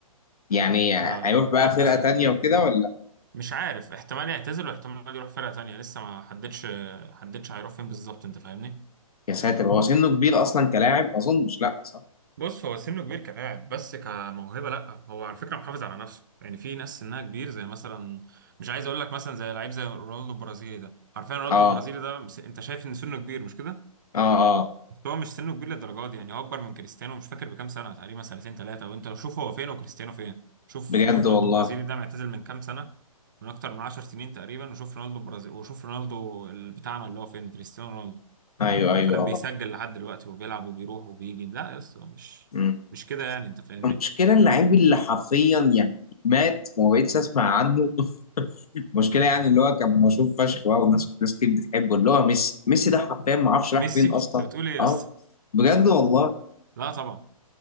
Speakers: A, on the left; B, on the right.
A: يعني
B: آه
A: هيروح بقى
B: لا
A: فرقة تانية
B: آه،
A: وكده ولا
B: مش عارف احتمال يعتزل واحتمال يروح فرقة تانية لسه ما حددش حددش هيروح فين بالظبط انت فاهمني
A: يا ساتر هو سنه كبير أصلا كلاعب أظن مش لا صح
B: بص هو سنه كبير كلاعب بس كموهبة لا هو على فكرة محافظ على نفسه يعني في ناس سنها كبير زي مثلا مش عايز اقول لك مثلا زي لعيب زي رونالدو البرازيلي ده عارفين رونالدو
A: اه
B: البرازيلي ده مس- انت شايف ان سنه كبير مش كده
A: اه آه.
B: بس هو مش سنه كبير للدرجه دي يعني هو اكبر من كريستيانو مش فاكر بكام سنه تقريبا سنتين ثلاثه وانت لو شوف هو فين وكريستيانو فين شوف
A: بجد
B: رونالدو
A: والله
B: البرازيلي ده معتزل من كام سنه من اكتر من 10 سنين تقريبا وشوف رونالدو البرازيلي وشوف رونالدو ال- بتاعنا اللي هو فين كريستيانو رونالدو
A: ايوه ايوه
B: فاهم
A: اه
B: بيسجل لحد دلوقتي وبيلعب وبيروح وبيجي لا يا اسطى مش
A: مم.
B: مش كده يعني انت فاهمني
A: المشكله اللعيب اللي حرفيا يعني مات وما بقتش اسمع عنه <laughs> المشكله يعني اللي هو كان مشهور فشخ بقى والناس ناس كتير بتحبه اللي هو ميسي ميسي ده حرفيا ما اعرفش راح
B: ميسي
A: فين اصلا
B: انت بتقول ايه يا
A: اه
B: اسطى
A: بجد والله
B: لا طبعا